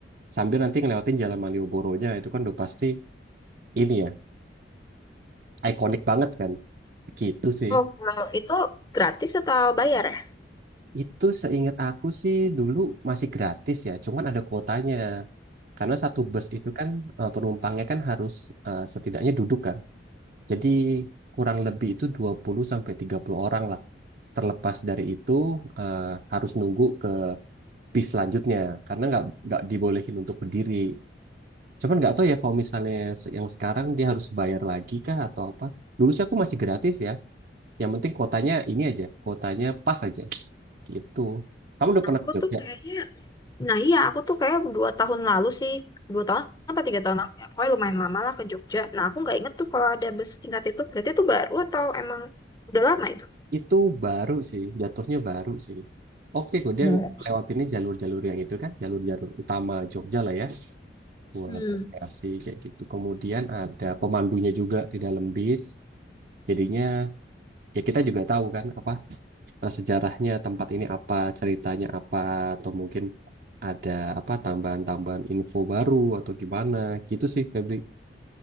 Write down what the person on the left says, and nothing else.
Oh, kalau itu gratis atau bayar ya?
Aku
tuh kayaknya, nah iya aku tuh kayak dua tahun lalu sih, dua tahun apa tiga tahun lalu ya, pokoknya lumayan lama lah ke Jogja. Nah aku nggak inget tuh kalau ada bus tingkat itu, berarti itu baru atau emang udah lama itu?
Hmm.
Hmm,